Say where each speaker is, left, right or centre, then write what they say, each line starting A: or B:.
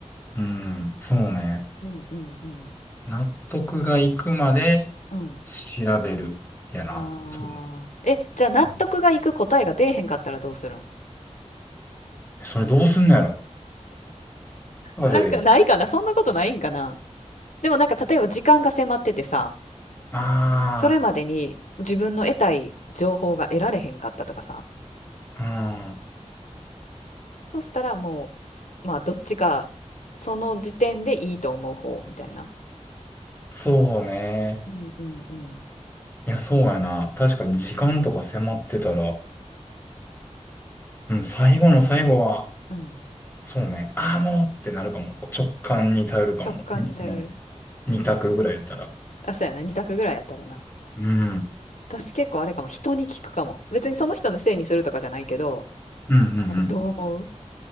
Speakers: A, on the left; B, on the left.
A: うん、そうね。
B: うんうんうん
A: 納得がいくまで調べる。
B: うん
A: やな。
B: ああ。
A: そう。
B: え、じゃあ納得がいく答えが出えへんかったらどうするん
A: うんそれどうすんのやろ。あで。
B: なんかないかなそんなことないんかなでもなんか例えば時間が迫っててさ、
A: あ
B: それまでに自分の得たい情報が得られへんかったとかさ、
A: あ、うん。
B: そしたらもう、まあどっちか、その時点でいいと思う方みたいな。
A: そうね。
B: うんうんうん。
A: いや、そうやな。確かに時間とか迫ってたら、うん、最後の最後は、
B: うん。
A: そうね、ああ、もうってなるかも。直感に頼るかも。
B: 直感に頼る。
A: にも
B: そっか。
A: う、二択ぐらいやったら。
B: あ、そうやな。二択ぐらいやったらな。
A: うん。
B: 私結構あれかも。人に聞くかも。別にその人のせいにするとかじゃないけど、
A: うん、
B: なんかどう思う